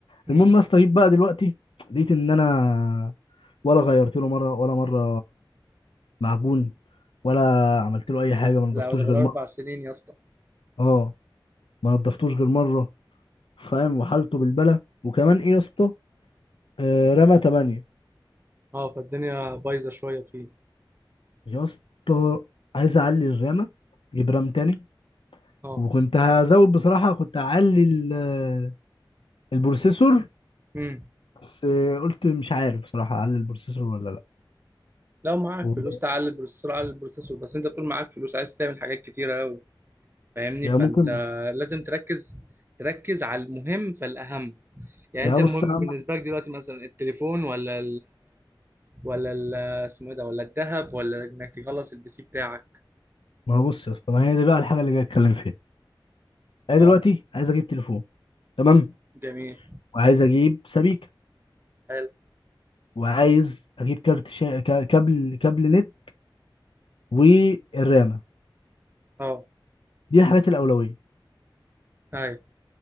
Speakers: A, on the right (about 25°); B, on the left (about 80°).
A: امم
B: المهم يا اسطى جيت بقى دلوقتي لقيت ان انا ولا غيرت له مره ولا مره معجون ولا عملت له اي حاجه ما نضفتوش
A: لا ده بالاربع
B: غير مره
A: سنين يا اسطى
B: اه ما نضفتوش غير مره فاهم وحالته بالبلة وكمان ايه يا اسطى آه، رمى 8
A: اه فالدنيا بايظه شويه فيه
B: يا اسطى عايز اعلي الرامه اجيب رام تاني
A: اه
B: وكنت هزود بصراحه كنت هعلي ال- البروسيسور
A: امم
B: بس قلت مش عارف بصراحة أعلي البروسيسور ولا لأ
A: لو معاك
B: و-
A: فلوس تعلي البروسيسور على البروسيسور بس انت طول معاك فلوس عايز تعمل حاجات كتيره قوي فاهمني
B: يا
A: فانت
B: ممكن
A: لازم تركز تركز على المهم فالاهم يعني
B: يا
A: انت
B: بص
A: المهم
B: يا عم
A: بالنسبه لك دلوقتي مثلا التليفون ولا ولا ال- اسمه ايه ده ولا الذهب ولا انك تخلص البي سي بتاعك
B: ما هو بص يا اسطى ما هي دي بقى الحاجة اللي جاي أتكلم فيها أنا
A: اه
B: دلوقتي عايز أجيب تليفون تمام
A: جميل
B: وعايز أجيب سبيكة
A: حلو
B: وعايز أجيب كارت شا... ك- كابل كابل نت والرامة
A: اه
B: دي الحاجات الأولوية
A: ايوه